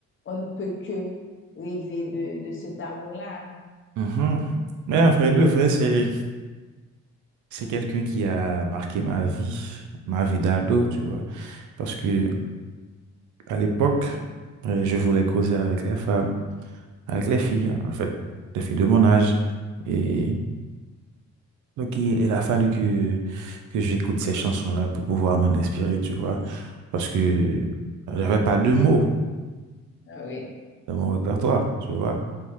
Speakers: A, on the left (about 40°); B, on the right (about 75°).
A: on ne peut que rêver de, de cet amour-là.
B: Mhm. Mais en vrai de vrai, c'est c'est quelqu'un qui a marqué ma vie, ma vie d'ado, tu vois. Parce que à l'époque, euh, je voulais causer avec les femmes, avec les filles, hein, en fait, les filles de mon âge. Et
A: Ok.
B: Donc, il, il a fallu que, que j'écoute ces chansons-là pour pouvoir m'en inspirer, tu vois. Parce que j'avais pas de mots
A: Ah oui.
B: dans mon répertoire, tu vois.